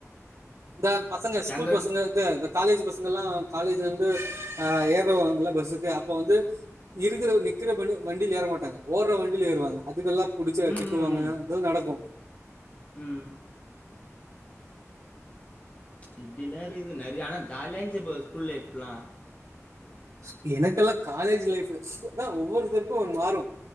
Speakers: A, on the right; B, on the left.
A: த பசங்க ஸ்கூல்
B: எங்கள்
A: பசங்க த த காலேஜ்ஜு பசங்கல்லா காலேஜ்ல இருந்து ஆ ஏறுவாங்கல்ல பஸ்ஸுக்கு அப்ப வந்து இருக்குற வ நிக்குற பண் வண்டியில ஏற மாட்டாங்க ஓடுற வண்டியில ஏறுவாங்க அதுக்கெல்லா புடிச்ச
B: ம்
A: திட்டுவாங்க
B: ம் ம்
A: அது நடக்கு
B: ம் இப்டில்லா இருக்குது நெறையா ஆனா ஜாலியா இருன்ச்சி ப்ரோ ஸ்கூல் லைஃப்லா
A: ஸ் எனக்கெல்லா காலேஜ் லைஃபு ஸ் அதா ஒவ்வொருத்தருக்கு ஒன்னு மாறு